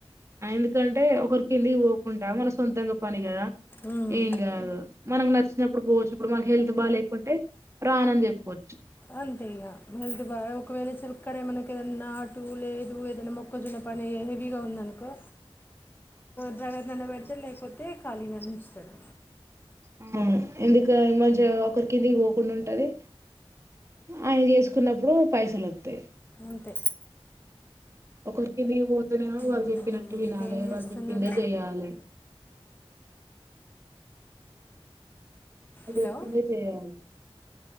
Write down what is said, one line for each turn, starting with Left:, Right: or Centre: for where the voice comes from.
Right: ఎందుకంటే ఒకరి కిందికి పోకుంటా మన సొంతంగా పని కదా
Left: మ్మ్.
Right: ఏం కాదు మనకు నచ్చినప్పుడు పోవచ్చు ఇప్పుడు మనకి హెల్త్ బాలేకపోతే రానని చెప్పొచ్చు
Left: అంతే ఇక హెల్త్ బాగా ఒకవేళ చిలక్కాడే మనకి ఏదైనా నాటు లేదు ఏదైనా మొక్కజొన్న పని హెవీగా ఉందనుకో డ్రైవర్ని అన్న పెడుతడు లేకపోతే ఖాళీనన్నా ఉంచుతాడు
Right: ఆ ఎందుక ఈ మధ్య ఒకరి కిందికి పోకుండా ఉంటది ఆయన చేసుకున్నప్పుడు పైసలు ఒత్తయి
Left: అంతే
Right: ఒకరికిందకి పోతే నెమో
Left: మ్మ్.
Right: వాళ్ళు చెప్పినట్టు వినాలి
Left: ఇంకేం
Right: వాళ్ళు
Left: చేస్తున్నారు
Right: చెప్పిందే చెయాలి
Left: హలో
Right: చెప్పిందే జేయాలి